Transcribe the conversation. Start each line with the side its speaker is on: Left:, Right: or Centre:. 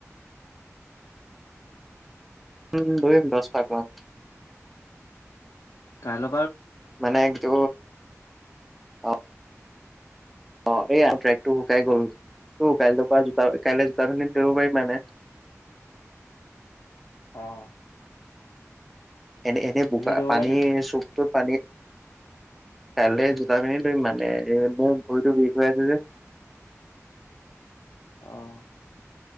Left: <unintelligible> <unintelligible>
Centre: উম দৌৰিম দছ পাক মান।
Left: কাইল
Centre: মানে য অ অ এইয়া ট্ৰেকটো শুকাই গ'ল। ত কাইল পৰা জোতা কাইলে জোতা পিন্ধি দৌৰিব পাৰিম মানে।
Left: অহ।
Centre: এনে এনে বোকা
Left: দৌৰণি
Centre: পানী চুপটোত পানী কাইলে জোতা পিন্ধি দৌৰিম মানে এই মোৰ ভৰিতটো বিষ হৈ আছে যে।
Left: আহ